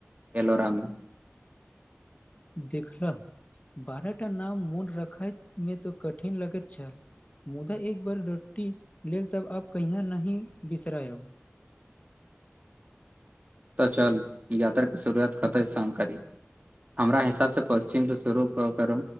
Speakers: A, on the right; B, on the left.
A: एलोरा मे
B: देखलह बारह टा नाम मोन रखय मे तऽ कठिन लगति छल मुदा एक बार रोटी लेल तब आब कहियो नाहि बिसरयब
A: तऽ चल यात्रा क शुरुआत कत संग करी हमरा हिसाब से पश्चिम स शुरू क करू